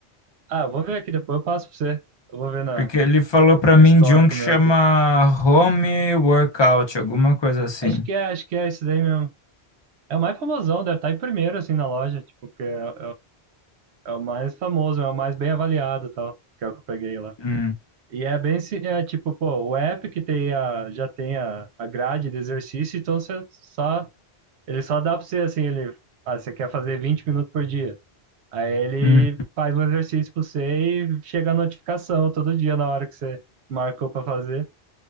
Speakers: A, on the right (about 80°); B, on the left (about 35°).
A: Ah, eu vou ver aqui depois, eu passo pra você. Eu vou ver na,
B: Porque ele falou pra
A: no
B: mim
A: histórico
B: de um que
A: meu
B: chama
A: aqui.
B: Home Workout, alguma coisa assim.
A: Acho que é, acho que é isso daí mesmo. É o mais famosão, deve estar em primeiro, assim, na loja, tipo, porque é, é, é o mais famoso, é o mais bem avaliado e tal, que é o que eu peguei lá.
B: Hum,
A: E é bem, se- é tipo, pô, o app que tem a, já tem a, a grade de exercício, então você só, ele só dá pra você, assim, ele, ah, você quer fazer 20 minutos por dia. Aí ele
B: hum,
A: faz um exercício pra você e chega a notificação todo dia na hora que você marcou pra fazer